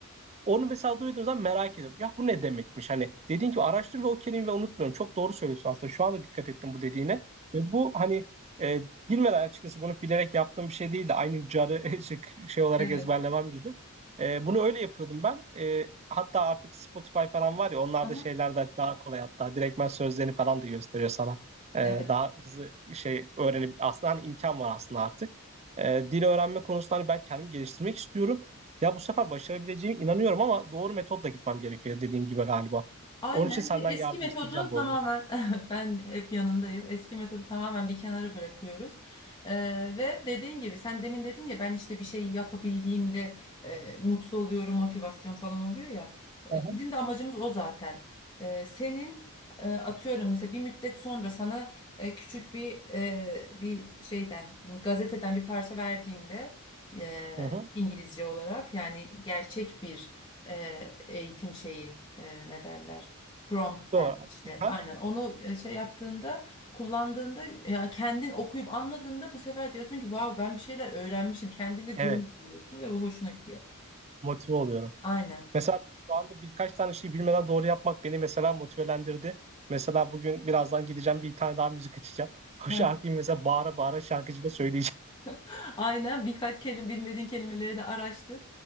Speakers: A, on the right; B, on the left.
A: Onu mesela duyduğum zaman merak ediyorum. Ya bu ne demekmiş? Hani dediğin gibi araştır ve o kelimeyi unutmuyorum. Çok doğru söylüyorsun aslında. Şu anda dikkat ettim bu dediğine. Ve bu hani e, bilmeden açıkçası bunu bilerek yaptığım bir şey değildi. aynı carı <laughs> şey- şey olarak
B: Evet.
A: ezberlemem gibi. E, bunu öyle yapıyordum ben. E, hatta artık Spotify falan var ya onlarda
B: Aha,
A: şeyler de daha kolay hatta. Direktmen sözlerini falan da gösteriyor sana. E,
B: evet.
A: daha hızlı şey öğrenip aslında hani imkan var aslında artık. E, dil öğrenme konusunda hani ben kendimi geliştirmek istiyorum. Ya bu sefer başarabileceğim inanıyorum ama doğru metotla gitmem gerekiyor dediğin gibi galiba.
B: Aynen
A: Onun için senden
B: bir eski
A: yardım
B: metodu
A: isteyeceğim bol
B: tamamen
A: bol.
B: <laughs> ben hep yanındayım. Eski metodu tamamen bir kenara bırakıyoruz. Ee, ve dediğin gibi sen demin dedin ya ben işte bir şey yapabildiğimde e, mutlu oluyorum, motivasyon falan oluyor ya. E,
A: Hı hı.
B: bizim de amacımız o zaten. E, senin e, atıyorum mesela bir müddet sonra sana e, küçük bir e, bir şeyden gazeteden bir parça verdiğimde e,
A: Hı hı.
B: İngilizce olarak yani gerçek bir e, eğitim şeyi e, ne derler? Prompt
A: Doğru.
B: derler işte.
A: Aha.
B: Aynen. Onu e, şey yaptığında, kullandığında ya kendin okuyup anladığında bu sefer diyorsun ki vav ben bir şeyler öğrenmişim. Kendinde gurur
A: Evet.
B: duyuyorsun ve bu hoşuna gidiyor.
A: Motive oluyorum.
B: Aynen.
A: Mesela şu anda birkaç tane şey bilmeden doğru yapmak beni mesela motivelendirdi. Mesela bugün birazdan gideceğim bir tane daha müzik açacağım. <laughs> O
B: Heh.
A: şarkıyı mesela bağıra bağıra şarkıcıyla söyleyeceğim.
B: <laughs> Aynen. Birkaç kelime bilmediğin kelimeleri de araştır.